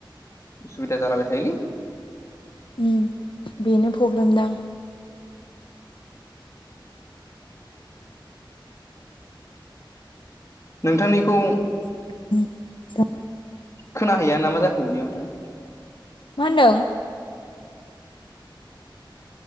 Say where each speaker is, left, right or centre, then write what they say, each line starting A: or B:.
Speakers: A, on the left; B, on the left.
A: उसुबिदा जालाबाय थायोलै
B: ओम बेनो प्रब्लेम दां
A: नोंथांनिखौ
B: <inaudible>
A: खोनाहैया ना मा जाखो बियो ओमफ्राय
B: मा होनदों